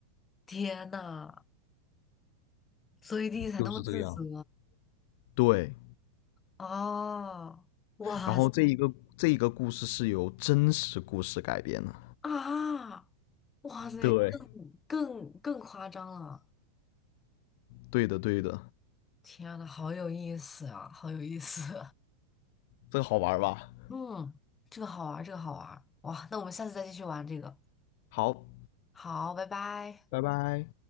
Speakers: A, on the left; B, on the left.
A: 天呐，所以弟弟才那么自责
B: 就是这个样子。对，
A: 啊！哇塞
B: 然后这一个这一个故事是由真实故事改编的。
A: 啊！哇塞，
B: 对，
A: 更更更夸张了！
B: 对的，对的，
A: 天呐，好有意思啊，好有意思！
B: 这个好玩吧？
A: <laughs> 嗯，这个好玩儿，这个好玩儿！哇，那我们下次再继续玩这个。
B: 好，
A: 好，拜拜。
B: 拜拜。